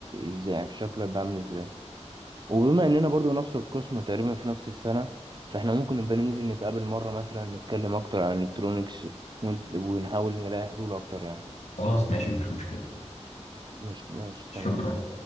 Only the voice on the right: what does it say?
ازاي يعني في شكله هيبقى عامل ازاي وبما اننا برضو نفس القسم تقريبا في نفس السنه فاحنا ممكن نبقى ننزل نتقابل مره مثلا نتكلم اكتر عن الالكترونيكس ون- ونحاول نلاقي حلول اكتر يعني
مش مش
تمام